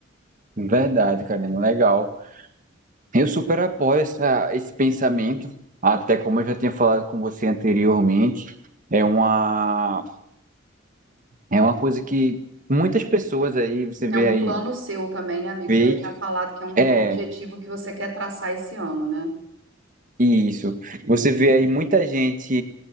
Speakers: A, on the right; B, on the right.
A: Verdade, Karina. Legal. Eu super apoio essa- esse pensamento, até como eu já tinha falado com você anteriormente, é uma, é uma coisa que muitas pessoas aí, você
B: É
A: vê
B: um
A: aí,
B: plano seu também, né, amigo?
A: feito.
B: Você já tinha falado que é um
A: é.
B: um objetivo que você quer traçar esse ano, né?
A: Isso. Você vê aí muita gente,